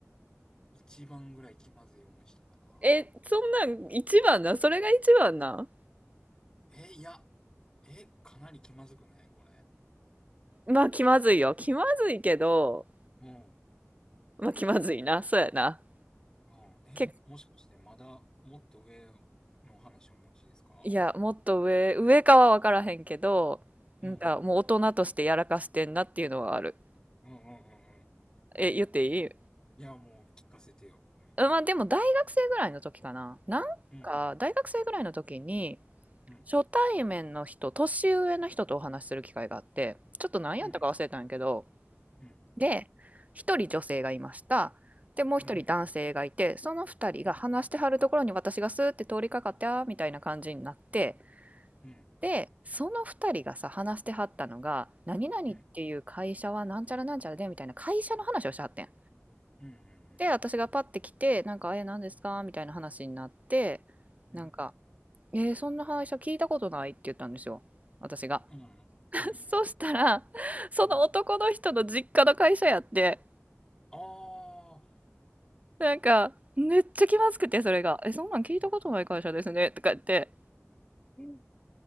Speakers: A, on the left (about 15°); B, on the right (about 30°).
A: 一番ぐらい気まずい思いしたかな。
B: え、そんなん一番な。それが一番な。
A: え、いや。え、かなり気まずくないこれ。
B: まあ気まずいよ。気まずいけど、
A: うん。
B: まあ気まずいな。そうやな。
A: ああ、え、
B: け、
A: もしかしてまだもっと上の話をお持ちですか
B: いや、もっと上、上かは分からへんけど、
A: うんうんうん。
B: なんかもう大人としてやらかしてんなっていうのはある。
A: うんうんうんうん。
B: え、言っていい
A: いや、もう聞かせてよ。うん。
B: あまあでも大学生ぐらいの時かな。なんか大学生ぐらいの時に
A: うんうん。うん。
B: 初対面の人、年上の人とお話しする機会があって、ちょっと何やったか忘れたんやけど、
A: うん。うん。
B: で、一人女性がいました。で、もう一人男性がいて、
A: うん。
B: その二人が話してはるところに私がスーって通りかかってあーみたいな感じになって、
A: うん。うん。
B: で、その二人がさ、話してはったのが、何々っていう会社はなんちゃらなんちゃらでみたいな会社の話をしてはってん。
A: うん。うん。うん。
B: で、私がパッて来て、なんか、え、何ですかみたいな話になって、
A: うん。
B: なんか、えーそんな会社聞いたことないって言ったんですよ。私が。
A: うん。うん。
B: <laughs>
A: うん。
B: そしたら、その男の人の実家の会社やって、
A: うん。ああ。
B: なんか、めっちゃ気まずくて、それが。え、そんなん聞いたことない会社ですね。とか言って。
A: うん